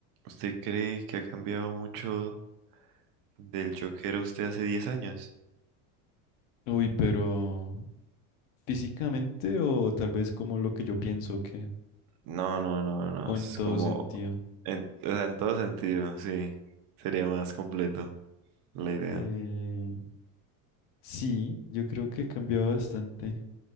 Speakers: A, on the right; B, on the left.
A: ¿Usted cree que ha cambiado mucho del yo que era usted hace 10 años?
B: Uy, pero físicamente o tal vez como lo que yo pienso que,
A: No, no, no, no.
B: o
A: Es
B: en todo
A: como,
B: sentido.
A: en, o sea, en todo sentido, sí. Sería más completo la idea.
B: Eh, sí, yo creo que he cambiado bastante.